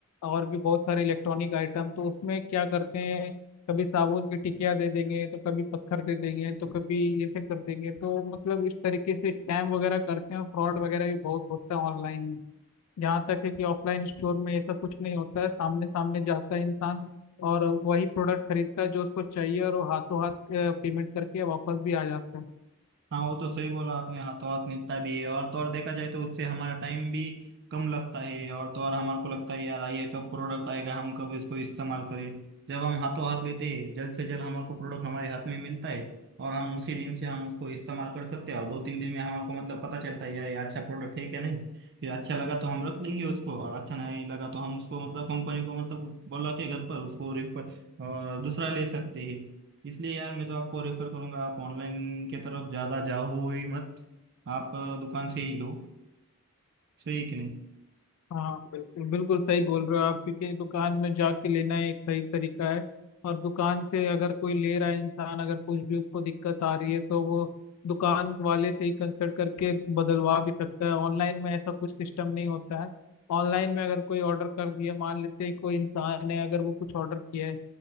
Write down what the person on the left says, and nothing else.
और भी बहुत सारे इलेक्ट्रॉनिक आइटम तो उसमें क्या करते हैं कभी साबुन की टिकिया दे देंगे तो कभी पत्थर दे देंगे तो कभी ऐसे कर देंगे तो मतलब इस तरीके से स्कैम वगैरह करते हैं और फ्रॉड वगैरह भी बहुत होता है ऑनलाइन में जहाँ तक है कि ऑफलाइन स्टोर में ऐसा कुछ नहीं होता है सामने सामने जाता है इंसान और वही प्रोडक्ट खरीदता है जो उसको चाहिए और वो हाथों हाथ पेमेंट करके वापस भी आ जाता है
हाँ बिल्कुल बिल्कुल सही बोल रहे हो आप क्योंकि दुकान में जाके लेना एक सही तरीका है और दुकान से अगर कोई ले रहा है इंसान अगर कुछ भी उसको दिक्कत आ रही है तो वो दुकान वाले से ही कंसल्ट करके बदलवा भी सकता है ऑनलाइन में ऐसा कुछ सिस्टम नहीं होता है ऑनलाइन में अगर कोई ऑर्डर कर दिया मान लेते हैं कोई इंसान है अगर वो कुछ ऑर्डर किया है